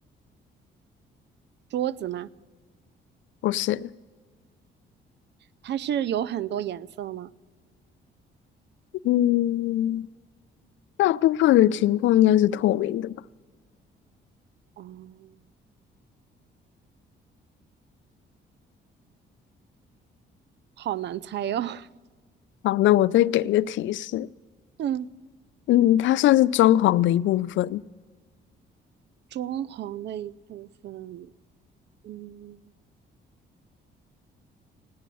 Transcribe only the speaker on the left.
不是。
嗯，大部分的情况应该是透明的吧？
好，那我再给一个提示。
嗯，它算是装潢的一部分。